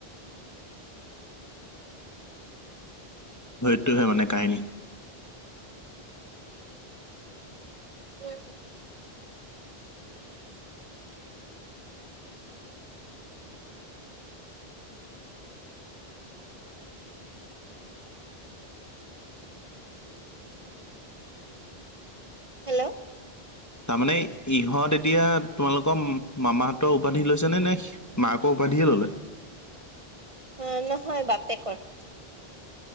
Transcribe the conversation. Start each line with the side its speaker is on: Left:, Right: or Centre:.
Left: হয়টোহে মানে কাহিনী
Right: <unintelligible> হেল্লো'
Left: তামানে ইহঁত এতিয়া তোমালোকৰ মামাহঁতৰ উপাধি লৈছে নে নে- মাকৰ উপাধিয়ে ললে।
Right: অঁ নহয় বাপেকৰ।